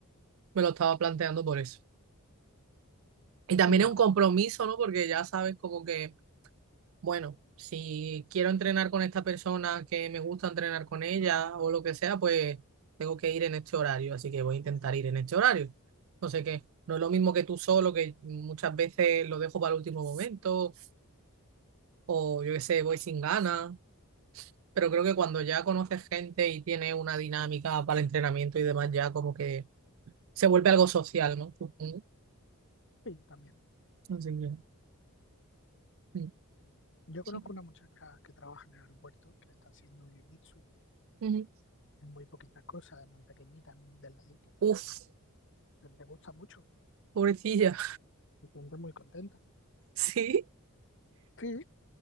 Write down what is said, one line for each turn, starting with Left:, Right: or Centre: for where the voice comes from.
Right: me lo estaba planteando por eso. Y también
Left: Es una
Right: es un
Left: buena,
Right: compromiso, ¿no? Porque ya sabes como que, bueno, si quiero entrenar con esta persona que me gusta entrenar con ella o lo que sea, pues tengo que ir en este horario, así que voy a intentar ir en este horario. No sé qué, no es lo mismo que tú solo, que muchas veces lo dejo para el último momento o yo qué sé, voy sin ganas, pero creo que cuando ya conoces gente y tienes una dinámica para el entrenamiento y demás, ya como que se vuelve algo social, ¿no? Supongo.
Left: sí, también.
Right: Así que, mm.
Left: Yo
Right: Sí.
Left: conozco una muchacha que trabaja en el aeropuerto, que está haciendo jiu-jitsu,
Right: Ujú.
Left: es muy poquitas cosas, es muy pequeñita, muy delgadita,
Right: Uf.
Left: pero le gusta mucho
Right: Pobrecilla,
Left: se siente muy contenta.
Right: <laughs> sí,
Left: Sí,